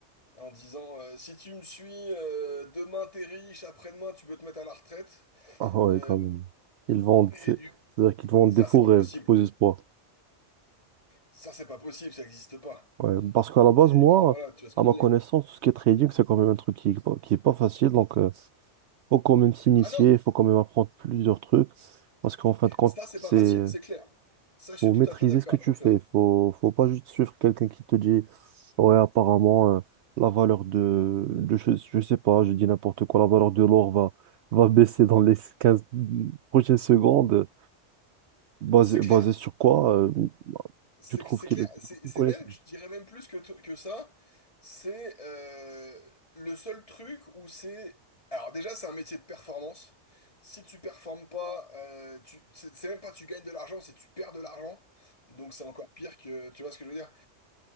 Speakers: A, on the left; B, on the right.
A: en disant euh, si tu me suis, euh, demain t'es riche, après-demain tu peux te mettre à la retraite.
B: Ah ouais,
A: Euh,
B: quand même. Ils vendent,
A: et
B: c'est-
A: du...
B: c'est-à-dire qu'ils vendent
A: Ça,
B: des faux
A: c'est pas
B: rêves,
A: possible.
B: des faux espoirs.
A: Ça, c'est pas possible, ça n'existe pas.
B: Ouais, parce qu'à la base,
A: Et,
B: moi,
A: enfin voilà, tu vois ce
B: à
A: que
B: ma
A: je veux
B: connaissance,
A: dire.
B: tout ce qui est trading, c'est quand même un truc qui est pas, qui est pas facile. Donc, euh, faut quand même s'initier,
A: Ah non,
B: il faut quand même apprendre plusieurs trucs. Parce qu'en fin de compte,
A: ça c'est
B: c'est
A: pas facile, c'est clair. Ça, je
B: faut
A: suis tout
B: maîtriser
A: à fait d'accord
B: ce que tu
A: avec
B: fais.
A: toi.
B: Faut, faut pas juste suivre quelqu'un qui te dit, ouais, apparemment, euh, la valeur de, de je, je sais pas, je dis n'importe quoi, la valeur de l'or va, va baisser dans les 15 prochaines secondes. Basé,
A: C'est clair,
B: basé sur quoi? euh,
A: c'est
B: tu trouves
A: c'est
B: qu'il
A: clair.
B: a
A: C'est
B: aucune
A: c'est
B: connaissance.
A: même, je dirais même plus que, t- que ça, c'est euh, le seul truc où c'est... Alors déjà, c'est un métier de performance. Si tu performes pas, euh, tu, c'est c'est même pas tu gagnes de l'argent, c'est tu perds de l'argent. Donc c'est encore pire que... Tu vois ce que je veux dire?